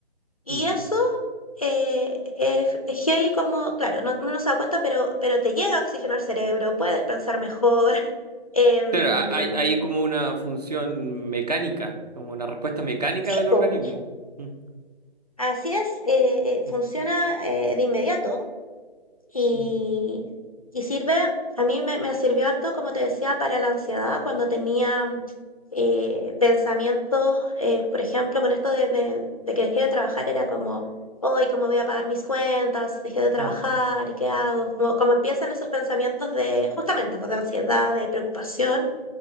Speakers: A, on the left (about 35°); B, on the right (about 40°).
A: Y
B: mm.
A: eso, eh, es es heavy como, claro, no uno no se da cuenta, pero pero te llega oxígeno al cerebro, puedes pensar mejor, <laughs> em,
B: Claro, ha- hay, hay como una función mecánica, como una respuesta mecánica
A: sí,
B: del organismo.
A: po,
B: Mm,
A: así es, eh, eh, funciona,
B: mm,
A: eh, de inmediato. Y,
B: mm,
A: y sirve, a mí me, me sirvió harto, como te decía, para la ansiedad, cuando tenía mm, eh, pensamientos, eh, por ejemplo, con esto de, de- de que dejé de trabajar, era como, hoy, ¿cómo voy a pagar mis cuentas? Dejé de trabajar,
B: mm,
A: ¿y qué hago? Como, como empiezan esos pensamientos de, justamente, pues, de ansiedad, de preocupación.